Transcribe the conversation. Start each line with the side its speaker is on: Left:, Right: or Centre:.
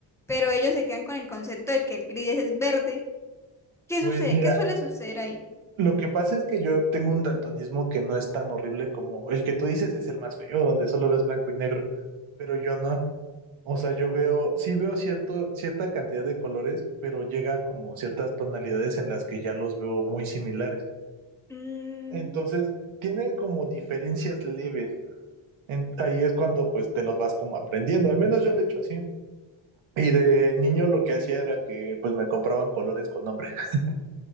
Centre: pero ellos se quedan con el concepto de que el gris es verde, ¿qué
Right: Pues
Centre: sucede?
Right: mira,
Centre: ¿Qué suele suceder ahí?
Right: lo que pasa es que yo tengo un daltonismo que no es tan horrible como el que tú dices es el más feo, donde solo ves blanco y negro, pero yo no. O sea, yo veo, sí veo cierto, cierta cantidad de colores, pero llega como ciertas tonalidades en las que ya los veo muy similares.
Centre: Mm,
Right: Entonces, tienen como diferencias leves, En- ahí es cuando pues te los vas como aprendiendo, al menos yo lo he hecho así. Y de niño lo que hacía era que pues me compraban colores con nombre, <laughs>